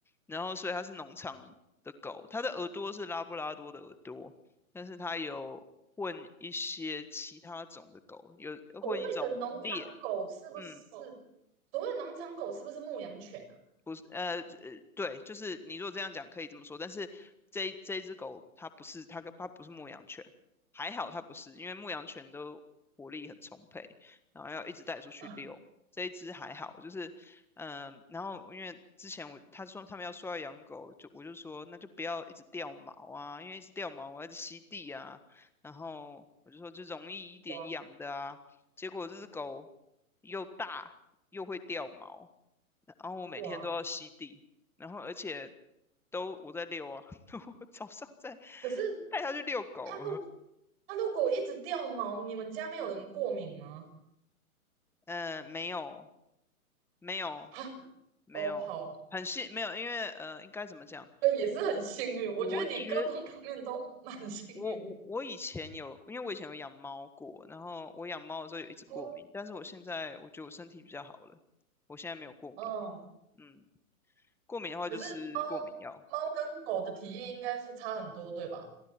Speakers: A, in the centre; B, on the right.
A: 然后所以它是农场的狗，它的耳朵是拉布拉多的耳朵，但是它有混一些其他种的狗，有混一种猎。
B: 所谓的农场狗是不是？
A: 嗯。
B: 所谓农场狗是不是牧羊犬
A: 不是，呃呃，对，就是你如果这样讲可以这么说，但是这一这一只狗它不是它跟它不是牧羊犬，还好它不是，因为牧羊犬都活力很充沛，然后要一直带出去遛。
B: 啊？
A: 这一只还好，就是嗯、呃然后因为之前我他说他们要说要养狗，就我就说那就不要一直掉毛啊，因为一直掉毛我要一直吸地啊，然后我就说就容易一点养的啊，
B: 哇，
A: 结果这只狗又大又会掉毛。然后我每天都要吸地，
B: 哇，
A: 然后而且都我在遛啊，<laughs> 我早上在
B: 可是
A: 带它去遛狗，
B: 它露它如果一直掉毛，你们家没有人过敏吗？
A: 呃，没有，没有，
B: 啊，
A: 没有，
B: 哦，好，
A: 很细，没有，因为呃，应该怎么讲？
B: 对，也是很幸运。我觉得你各方各面都蛮幸运。
A: 我觉我我我以前有，因为我以前有养猫过，然后我养猫的时候有一直过敏，
B: 哦，
A: 但是我现在我觉得我身体比较好了，我现在没有过敏，
B: 嗯，
A: 嗯，过敏的话就吃过敏药。
B: 可是猫猫跟狗的体验应该是差很多，对吧？